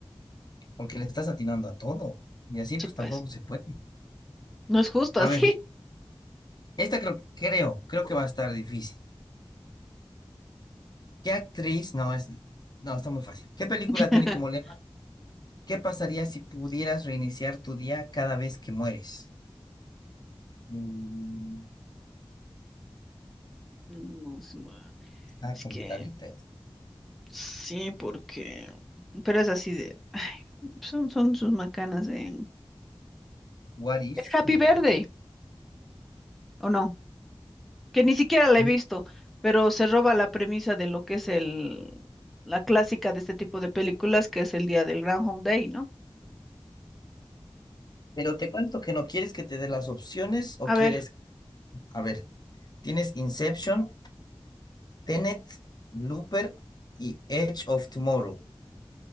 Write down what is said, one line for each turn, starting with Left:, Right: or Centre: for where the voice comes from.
Left: Porque le estás atinando a todo. Y así
Centre: Sí,
Left: pues
Centre: pues.
Left: tampoco se puede.
Centre: No es justo
Left: A
Centre: así.
Left: ver, esta creo, creo, creo que va a estar difícil. ¿Qué actriz? No, es, no, está muy fácil. ¿Qué película
Centre: <laughs>
Left: tiene como lema? ¿Qué pasaría si pudieras reiniciar tu día cada vez que mueres? Mm,
Centre: No, es mu-
Left: está
Centre: es
Left: complicadita.
Centre: que
Left: ¿eh?
Centre: Sí, porque... Pero es así de... ay, son, son sus macanas de...
Left: What if?
Centre: Es Happy
Left: you
Centre: Verde, ¿o no? Que ni siquiera la
Left: know.
Centre: he visto, pero se roba la premisa de lo que es el... la clásica de este tipo de películas, que es el día del Groundhog Day, ¿no?
Left: Pero te cuento que no quieres que te dé las opciones o
Centre: A
Left: quieres,
Centre: ver,
Left: a ver, tienes Inception, Tenet, Looper y Edge of Tomorrow.